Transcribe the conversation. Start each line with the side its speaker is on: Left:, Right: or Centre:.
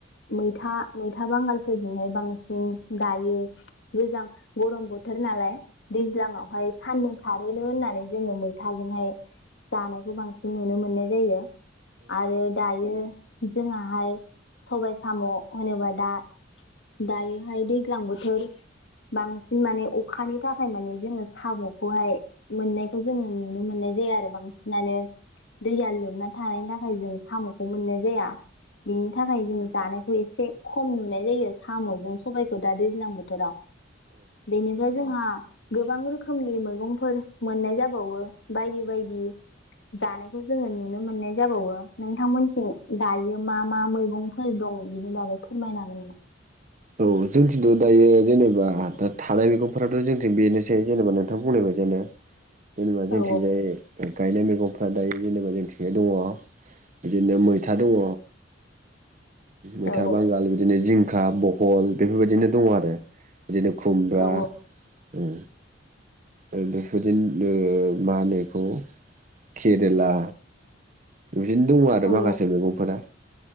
Left: मैथा-मैथा बांगालफोरजोंहाय बांसिन गायो गोजां गरम बोथोर नालाय दैज्लां आवहाय सान्दुं खारोनो होननानै जोङो मैथाजोंहाय जानायखौ बांसिन नुनो मोननाय जायो आरो दायो जोंङाहाय सबाय साम' होनोबा दा दायोहाय दैज्लां बोथोर बांसिन माने अखानि थाखाय माने जोङो साम'खौहाय मोननायखौ जोङो नुनो मोननाय जाया आरो बांसिनानो दैया लोबाथाय नाथाय जों साम'खौ मोननाय जाया बेनि था खायनो जानायखौ एसे खम नुनाय जायो साम'जों सबायाइखौ दा दैज्लां बोथोराव बेनिफ्राय जोंहा गोबां रोखोमनि मैगंफोर मोननाय जाबावो बायदि-बायदि जानायखौ जोङो नुनो मोननाय जाबावो नोंथांमोनथिं हायो मा-मा मैगंफोर दं बिनि बागै फोरमायनो हागोन नामा
Right: औ जोंथिंथ' दायो जेनेबा दा थानाय मैगंफोराथ' जोंथिं बेनोसै जेनेबा नोंथां बुंनाय बायदिनो जेनेबा जोंथिंजाय
Left: औ
Right: गायनाय मैगंफ्रा दायो जेनेबा जोंथिंहाय दङ बिदिनो मैथा दङ मैथा
Left: औ
Right: बांगाल बिदिनो जिंखा बहल बेफोरबायदिनो दङ आरो बिदिनो खुमब्रा
Left: औ
Right: ओ ओ बेफोरदि ओ मा होनो एखौ केरेला बिदिनो दङ आरो
Left: औ
Right: माखासे मैगंफोरा।